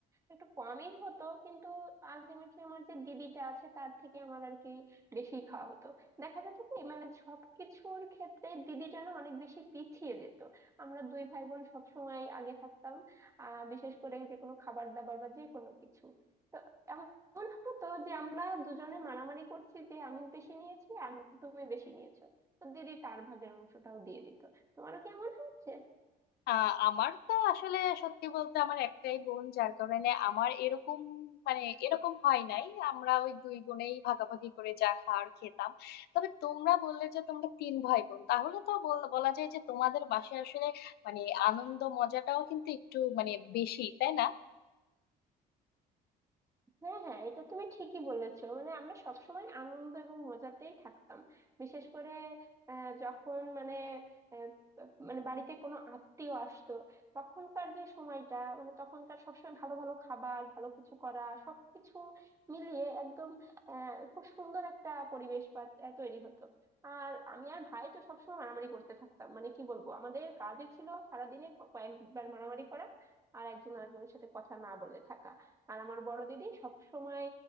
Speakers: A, on the right; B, on the left.
A: একটু কমই হতো কিন্তু আলটিমেটলি আমার যে দিদিটা আছে তার থেকে আমার আর কি বেশি খাওয়া হতো দেখা যেত কি মানে সব কিছুর ক্ষেত্রে দিদিটা না অনেক বেশি পিছিয়ে যেত আমরা দুই ভাই বোন সবসময় আগে থাকতাম আহ বিশেষ করে যে কোনো খাবার দাবার বা যে কোনো কিছু তো এমন হতো যে আমরা দুজনে মারামারি করছি যে আমি বেশি নিয়েছি আম- তুমি বেশি নিয়েছো তো দিদি তার ভাগের অংশটাও দিয়ে দিত তোমারও কি এমন হয়েছে
B: আহ, আমার তো আসলে সত্যি বলতে আমার একটাই বোন যার কারণে আমার এরকম মানে এরকম হয় নাই আমরা ওই দুই বোনেই ভাগাভাগি করে যা খাওয়ার খেতাম তবে তোমরা বললে যে তোমরা তিন ভাই বোন তাহলে তো বল- বলা যায় যে তোমাদের বাসায় আসলে মানে আনন্দ মজাটাও কিন্তু একটু মানে বেশি তাই না
A: হ্যাঁ হ্যাঁ এটা তুমি ঠিকই বলেছো মানে আমরা সবসময় আনন্দ এবং মজাতেই থাকতাম বিশেষ করে আহ, যখন মানে আহ, মানে বাড়িতে কোনো আত্মীয় আসতো তখনকার যে সময়টা মানে তখনকার সবসময় ভালো ভালো খাবার ভালো কিছু করা সবকিছু মিলিয়ে একদম আহ খুব সুন্দর একটা পরিবেশ পা- আহ, তৈরি হতো আর আমি আর ভাই তো সবসময় মারামারি করতে থাকতাম মানে কি বলবো আমাদের কাজই ছিল সারাদিনে ক- কয়েকবার মারামারি করা আর একজন আরেকজনের সাথে কথা না বলে থাকা আর আমার বড় দিদি সব সময়